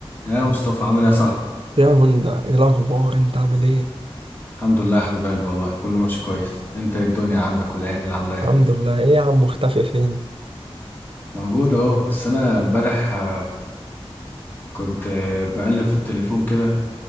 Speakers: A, on the left (about 20°); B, on the right (about 60°).
A: يا مصطفى عامل ايه يا صاحبي
B: يا هوندا ايه الاخبار انت عامل ايه
A: الحمد لله يا حبيب قلبي والله كله ماشي كويس انت ايه الدنيا عندك والعيله عامله ايه
B: الحمد لله ايه يا عم مختفي فين
A: موجود اهو بس انا امبارح آه، كنت آه، بقلب في التليفون كده